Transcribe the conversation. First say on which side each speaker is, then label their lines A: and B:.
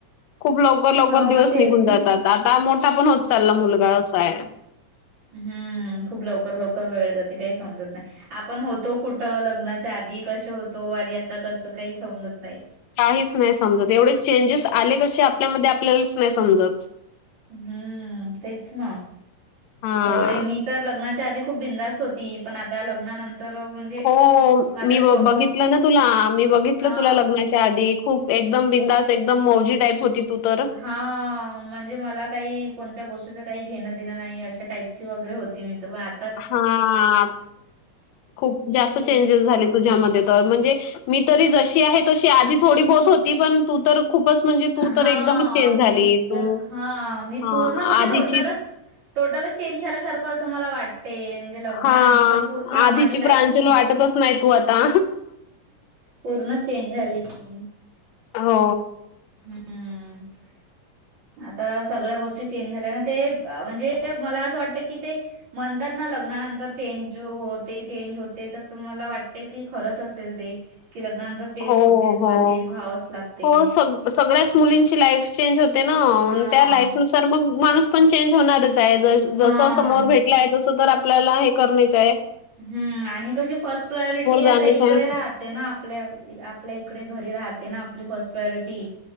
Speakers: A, on the left; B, on the right.
A: खूप लवकर लवकर
B: हो
A: दिवस
B: तेच
A: निघून जातात
B: ना
A: आता मोठा पण होत
B: खूप
A: चालला
B: लवकर
A: मुलगा
B: लवकर
A: असाय.
B: हम्म खूप लवकर लवकर वेळ जाते काय समजत नाय. आपण होतो कुठं लग्नाच्या आधी कशे होतो आणि आता कसं काही समजत नाय.
A: काहीच नाय समजत एवढे चेंजेस आले कसे आपल्यामध्ये आपल्यालाच नाय समजत.
B: हम्म तेच ना
A: हां.
B: एवढे मी तर लग्नाच्या आधी खूप बिंदास्त होती पण आता लग्नानंतर म्हणजे
A: हो
B: माझा
A: मी
B: स्वभाव
A: बघितलं ना तुला मी बघितलं
B: हा.
A: तुला लग्ना आधी खूप एकदम बिंदास एकदम मौजी टाईप होती तू तर.
B: हा म्हणजे मला काही कोणत्या गोष्टीचं काही घेणं देणं नाही अशा टाईपची वगैरे होती मी तर पण आ
A: हा खूप जास्त
B: की
A: चेंजेस झालेत. तुझ्यामध्ये तर म्हणजे मी तरी जशी आहे तशी आधी थोडी बोत होती पण तू तर खूपच म्हणजे तू
B: हा
A: तर एकदमच चेंज
B: मी
A: झाली
B: तर
A: तू
B: हा मी
A: हां
B: पूर्ण म्हणजे
A: आधीची
B: टोटलच टोटलच चेंज झाल्यासारखं असं मला वाटं ते म्हणजे लग्नानंतर
A: हां.
B: पूर्ण
A: आधीची
B: माझी लाईफ
A: प्रांजल
B: चेंज
A: वाटतच नाही तू आता.
B: पूर्ण चेंज झाली की.
A: हो.
B: हम्म आता सगळ्या गोष्टी चेंज झाल्या ना ते अ -म्हणजे मला असं वाटत की ते म्हणतात ना लग्नानंतर चेंज होते चेंज होते तर मला वाटते की खरंच असेल ते. कि लग्नानंतर चेंज
A: हो,
B: होतेच
A: हो.
B: बा चेंज व्हावंच लागते.
A: हो सग सगळ्याच मुलींची लाईफ चेंज होते ना
B: हा
A: त्या लाईफ नुसार मग माणूस पण चेंज होणारच हाय. जस
B: हा
A: समोर भेटलाय तस तर आपल्याला हे करनेच हाय.
B: हम्म आणि कशी फर्स्ट प्रायोरिटी
A: जाणेच
B: आता इकडे
A: आहे.
B: राह ते ना आपल्या आपल्या इकडे घरी राहते ना आपली फर्स्ट प्रायोरिटी.